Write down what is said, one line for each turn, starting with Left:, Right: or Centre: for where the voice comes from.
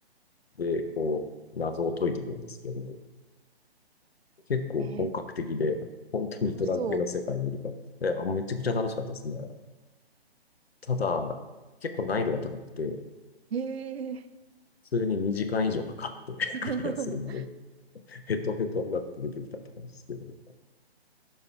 Left: で、こう、謎を解いていくんですけど、結構本格的で、
Right: え
Left: 本当にドラクエの世界にいるから、
Right: 楽しそ
Left: いや、めちゃくちゃ楽しかったですね。ただ、結構難易度が高くて、
Right: う。へえ。
Left: 普通に2時間以上かかって <laughs>
Right: <laughs>
Left: クリアするまでに、ヘトヘトになって出てきたって感じですけど。